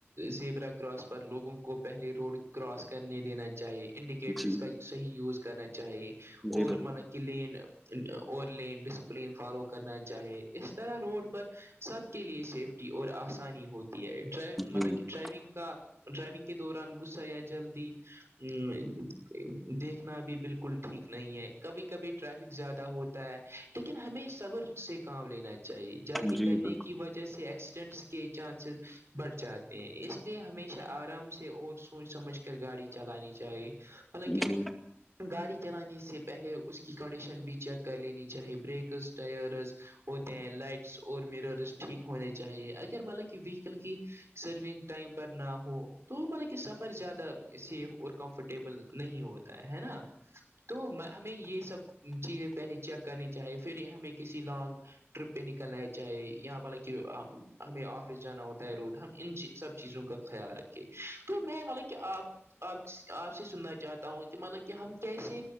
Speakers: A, on the right (about 70°); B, in the centre.
A: زیبرا کراس پر لوگوں کو پہلے روڈ کراس کرنے دینا چاہیے انڈیکیٹرس
B: جی
A: کا صحیح یوز کرنا چاہیے
B: جی
A: اور
B: بالکل
A: مطلب کہ لین اور لین ڈسپلین فالو کرنا چاہے اس طرح روڈ پر سب کے لیے سیفٹی اور آسانی ہوتی ہے ڈرائی مطلب
B: جی
A: کہ
B: جی
A: ڈرائیونگ کا ڈرائیونگ کے دوران غصہ یا جلدی ا دیکھ نا بھی بالکل ٹھیک نہیں ہے کبھی کبھی ٹریفک زیادہ ہوتا ہے لیکن ہمیں صبر سے کام لینا چاہیے جلدی
B: جی
A: کرنے
B: بالکل
A: کی وجہ سے ایکسیڈنٹس کے چانسز بڑھ جاتے ہیں اس لیے ہمیشہ آرام سے اور سوچ سمجھ کر گاڑی چلانی چاہیے مطلب
B: جی
A: کہ گاڑی چلانے سے پہلے اس کی کنڈیشن بھی چیک کر لینی چاہیے بریکز ٹائرز ہوتے ہیں لائٹس اور مرس ٹھیک ہونے چاہیے اگر مطلب کہ ویکل کی سرونگ ٹائم پر نہ ہو تو مطلب کہ سفر زیادہ سیف اور کمفرٹیبل نہیں ہوتا ہے نا تو ہمیں یہ سب چیزیں پہلے چیک کرنی چاہیے پھر ہمیں کسی لانگ ٹرپ پہ نکلنا ہے چاہے یہاں بلے کہ ہمیں آفس جانا ہوتا ہے رود ہم ان سب چیزوں کا خیال رکھے تو میں مطلب کہ آپ آپ آپ سے سننا چاہتا ہوں مطلب کہ ہم کیسے